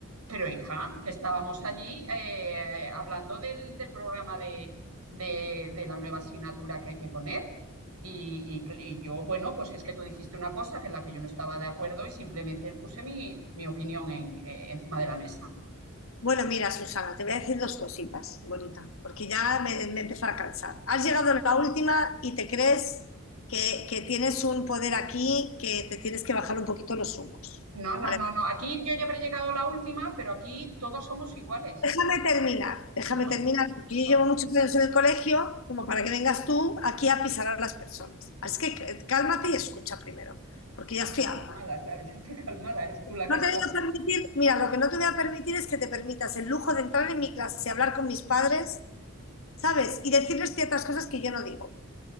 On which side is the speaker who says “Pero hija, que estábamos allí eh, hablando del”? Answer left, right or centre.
Right